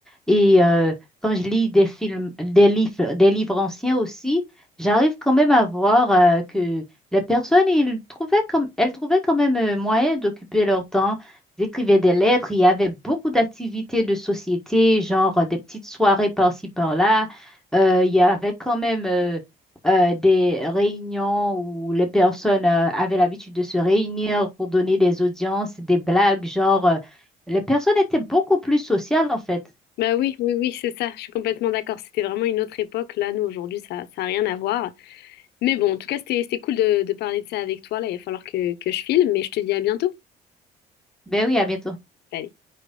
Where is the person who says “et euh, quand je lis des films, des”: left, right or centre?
Centre